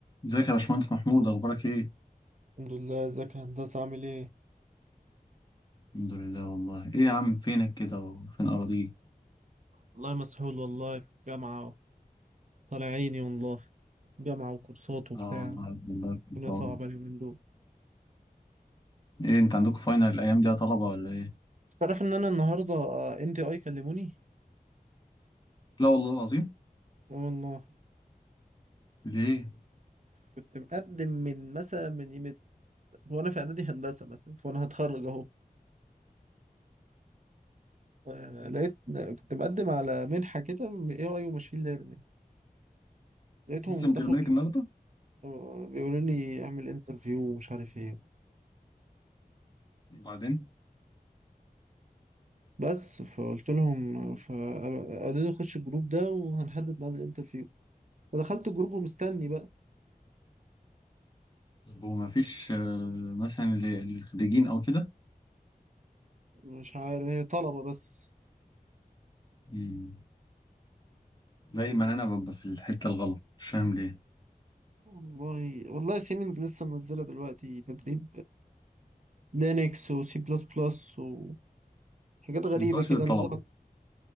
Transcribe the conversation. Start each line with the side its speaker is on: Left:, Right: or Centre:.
Left: ازيك يا باشمهندس محمود اخبارك ايه
Right: الحمد لله ازيك يا هندسة عامل ايه؟
Left: الحمد لله والله ايه يا عم فينك كده وفين اراضيك
Right: والله مسحول والله في الجامعة طالع عيني والله جامعة وكورسات وبتاع
Left: اه والله الله يكون في
Right: الدنيا
Left: عونك
Right: صعبة اليومين دول
Left: ايه انت عندكم فاينل الايام دي يا طلبه ولا ايه
Right: تعرف ان انا النهارده ان تي اي كلموني
Left: لا والله العظيم
Right: اه والله
Left: ليه
Right: كنت مقدم من مثلا من قيمه وانا في اعدادي هندسه مثلا فانا هتخرج اهو آه، لقيت آه، كنت مقدم على منحه كده اي اي وماشين ليرنينج لقيتهم
Left: لسه مكلمينك
Right: دخلوا كلموني،
Left: النهارده
Right: آه، بيقولوا لي اعمل انترفيو ومش عارف ايه
Left: وبعدين
Right: بس فقلت لهم فقالوا لي خش الجروب ده وهنحدد ميعاد الانترفيو فدخلت الجروب ومستني بقى
Left: هو ما فيش آه، مثلا ل- للخريجين او كده
Right: مش عارف هي طلبة بس
Left: مم. دايما انا ببقى في الحته الغلط مش فاهم ليه
Right: والله والله سيمنز لسه منزلة دلوقتي تدريب لينكس وسي بلس بلس وحاجات غريبة
Left: ما بتقولش
Right: كده
Left: للطلبه
Right: اللي هي